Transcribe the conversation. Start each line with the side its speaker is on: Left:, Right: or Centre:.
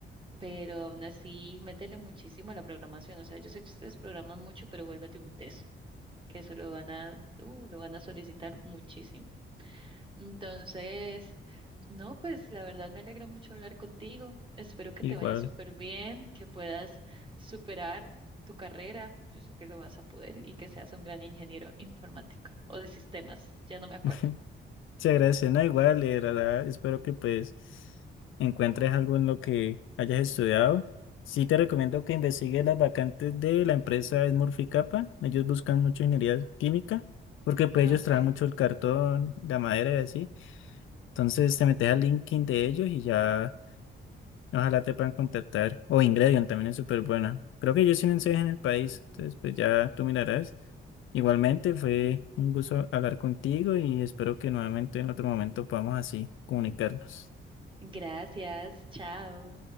Right: pero aún así métele muchísimo a la programación. O sea, yo sé que ustedes programan mucho, pero vuélvete un teso, que eso lo van a, uh, lo van a solicitar muchísimo. Entonces, no, pues la verdad me alegra mucho hablar contigo. Espero que
Left: igual.
Right: te vaya súper bien, que puedas superar tu carrera. Yo sé que lo vas a poder y que seas un gran ingeniero informático o de sistemas, ya no me acuerdo.
Left: <laughs> Se agradece, no igual, y de verdad, espero que pues encuentres algo en lo que hayas estudiado. Sí te recomiendo que investigues las vacantes de la empresa Smurfy Kappa. Ellos buscan mucho ingeniería química, porque pues
Right: Ah,
Left: ellos
Right: ok.
Left: traen mucho el cartón, la madera y así. Entonces te metes al LinkedIn de ellos y ya Ojalá te puedan contactar. O Ingredient también es súper buena. Creo que yo sí en en el país. Entonces, pues ya tú mirarás. Igualmente, fue un gusto hablar contigo y espero que nuevamente en otro momento podamos así comunicarnos.
Right: Gracias, chao.